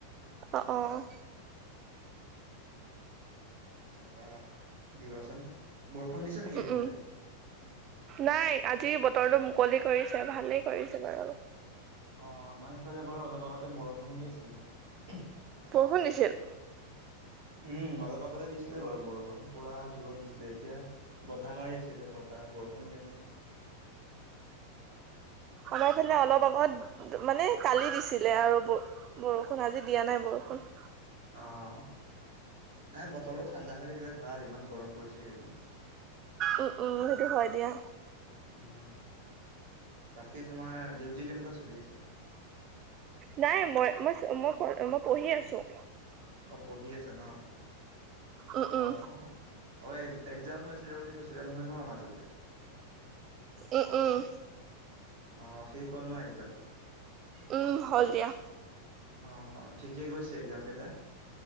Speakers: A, on the right (about 35°); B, on the right (about 55°).
A: অঁ অঁ।
B: তাৰপৰা দিবাচোন বৰষুণ দিছে নেকি
A: উম
B: এইফালে
A: উম নাই আজি বতৰটো মুকলি কৰিছে ভালেই কৰিছে বাৰু
B: অঁ আমাৰ এইফালে বাৰু অলপ আগতে বৰষুণ দি আছিলে
A: বৰষুন দিছিল
B: উম অলপ আগতে দিছিলে বাৰু বৰষুণ পুৰা জোৰত দিছিলে এতিয়া বতাহ মাৰি আছে এতিয়া বতা বৰষুণ দিয়া নাই
A: আমাৰফালে অলপ আগত মানে কালি দিছিলে আৰু বৰষুণ আজি দিয়া নাই বৰষুণ
B: অঁ নাই বতৰটো ঠাণ্ডা হৈ থাকিলে ভাল ইমান গৰম পৰিছে এইকেইদিন
A: উম উম সেইটো হয় দিয়া।
B: উম বাকী তোমাৰ ডিউটি কেনেকুৱা চলি আছে
A: নাই মই মই মই মই পঢ়ি আছোঁ
B: অঁ পঢ়ি আছা ন
A: উম
B: অঁ
A: উম
B: অঁ একজাম হৈ আছিলে বুলি কৈছিলা নহয় ন মাজতে
A: উম উম।
B: অ শেষ হ'ল ন একজাম
A: উম হ'ল দিয়া
B: অ ঠিকে গৈছে। একজাম কেতা।